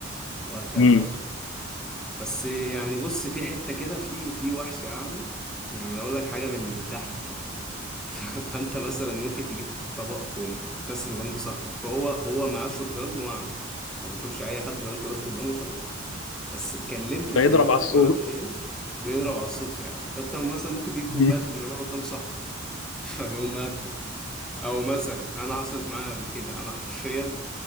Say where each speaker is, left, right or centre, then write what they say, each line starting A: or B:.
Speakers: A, in the centre; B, on the left (about 75°).
A: وهكذا
B: مم.
A: بقى بس يعني بص في حتة كده في وفي وحش أعمى يعني أنا أقول لك حاجة من اللي بتضحك يعني <laughs> ف- فأنت مثلا ممكن تجيب طبق تقوم كسره جنب صاحبك فهو هو معاه شوت جان وأعمى ما بيشوفش أي حد لو أنت وقفت قدامه مش هيضربك بس اتكلمت في
B: فيضرب
A: المايك
B: على الصوت
A: ما اعرفش ايه بيضرب على الصوت فعلا فانت مثلا ممكن تجيب كوبايه
B: <laughs>
A: تقوم راميها قدام صاحبك <laughs> فيقوم قاتله او مثلا انا حصلت معايا قبل كده انا حرفيا